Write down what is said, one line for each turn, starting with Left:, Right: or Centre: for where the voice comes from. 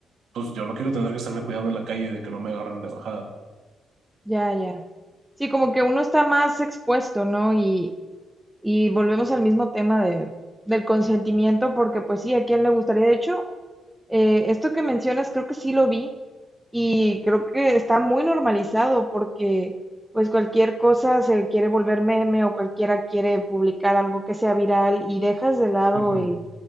Right: pues yo no quiero tener que estarme cuidando en la calle de que no me agarren de bajada.
Centre: ya, ya. Sí, como que uno está más expuesto, ¿no? Y, y volvemos al mismo tema de, del consentimiento, porque pues sí, ¿a quién le gustaría? De hecho, eh, esto que mencionas, creo que sí lo vi, Y creo que está muy normalizado porque pues cualquier cosa se quiere volver meme o cualquiera quiere publicar algo que sea viral y dejas de lado
Right: Ujú,
Centre: el